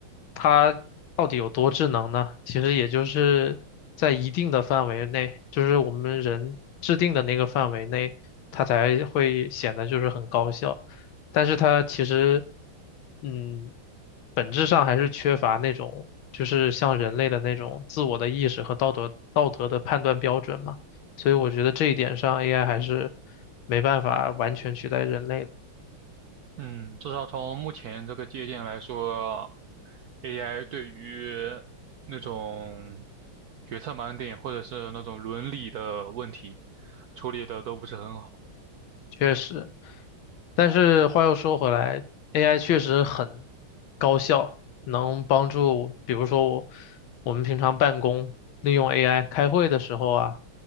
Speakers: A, on the left; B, on the right.
A: 它到底有多智能呢？其实也就是在一定的范围内，就是我们人制定的那个范围内，它才会显得就是很高效。但是它其实，嗯，本质上还是缺乏那种就是像人类的那种自我的意识和道德道德的判断标准嘛。所以我觉得这一点上，AI 还是没办法完全取代人类的。
B: 嗯，至少从目前这个界限来说，AI 对于那种决策盲点或者是那种伦理的问题处理的都不是很好。
A: 确实。但是话又说回来，AI 确实很高效，能帮助，比如说我我们平常办公利用 AI 开会的时候啊，